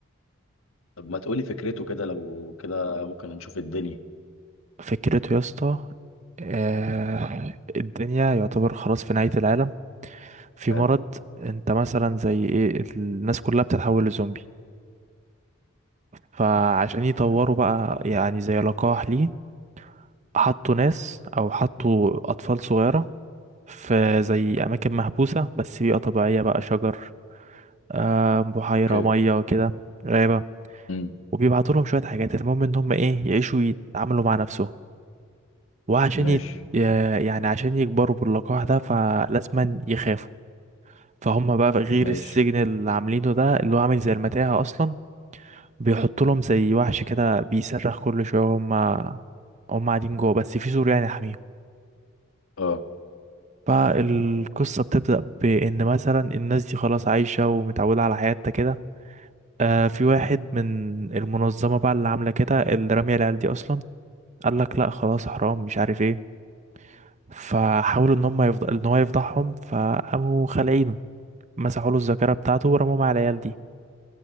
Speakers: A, on the left; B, on the right.
A: طب ما تقولي فكرته كده لو كده ممكن نشوف الدنيا
B: فكرته يا اسطى آه الدنيا يعتبر خلاص في نهاية العالم في
A: حلو
B: مرض انت مثلا زي ايه الناس كلها بتتحول لزومبي فعشان يطوروا
A: تمام
B: بقى يعني زي لقاح ليه حطوا ناس او حطوا اطفال صغيرة في زي اماكن محبوسة بس بيئة طبيعية بقى شجر آه، بحيرة
A: اوكي
B: مية وكده غابة
A: امم
B: وبيبعتوا لهم شوية حاجات المهم ان هم ايه يعيشوا يتعاملوا مع نفسهم وعشان
A: ماشي
B: يت... يا- يعني عشان يكبروا باللقاح ده فلازما يخافوا فهم بقى غير
A: ماشي
B: السجن اللي عاملينه ده اللي هو عامل زي المتاهة اصلا بيحط لهم زي وحش كده بيصرخ كل شوية هما هما قاعدين جوه بس في سور يعني حميهم
A: اه
B: فالقصة بتبدأ بإن مثلا الناس دي خلاص عايشة ومتعودة على حياتها كده آه في واحد من المنظمة بقى اللي عاملة كده اللي رامية العيال دي أصلا قال لك لأ خلاص حرام مش عارف ايه فحاولوا إن هما يفض... إن هو يفضحهم فقاموا خالعينه مسحوا له الذاكرة بتاعته ورموه مع العيال دي